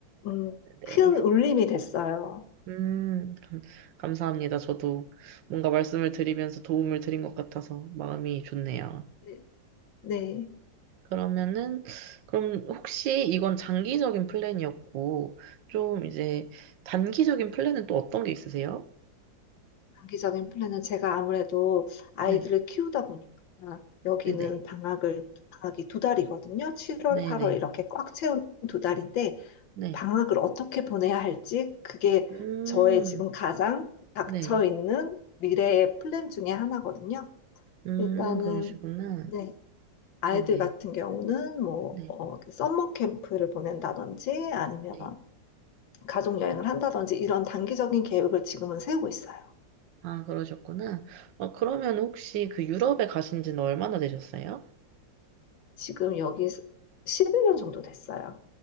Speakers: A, on the left (about 85°); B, on the right (about 75°).
A: 음, 큰
B: 네.
A: 울림이 됐어요.
B: 음, 감- 감사합니다. 저도 뭔가 말씀을 드리면서 도움을 드린 것 같아서 마음이 좋네요.
A: 네. 네.
B: 그러면은, 그럼 혹시 이건 장기적인 플랜이었고, 좀 이제 단기적인 플랜은 또 어떤 게 있으세요?
A: 장기적인 플랜은 제가 아무래도 아이들을
B: 네,
A: 키우다 보니까 여기는
B: 네네,
A: 방학을 방학이 두 달이거든요. 7월,
B: 네네,
A: 8월
B: 네.
A: 이렇게 꽉 채운 두 달인데
B: 네,
A: 방학을
B: 네.
A: 어떻게 보내야 할지 그게
B: 음,
A: 저의 지금 가장 닥쳐
B: 네.
A: 있는 미래의 플랜 중에 하나거든요.
B: 음,
A: 일단은
B: 그러시구나.
A: 네. 아이들
B: 네네, 네,
A: 같은 경우는 뭐
B: 네.
A: 어, 그 썸머 캠프를 보낸다든지 아니면
B: 네.
A: 가족 여행을 한다든지 이런 단기적인 계획을 지금은 세우고 있어요.
B: 아, 그러셨구나. 어, 그러면 혹시 그 유럽에 가신 지는 얼마나 되셨어요?
A: 지금 여기 11년 정도 됐어요.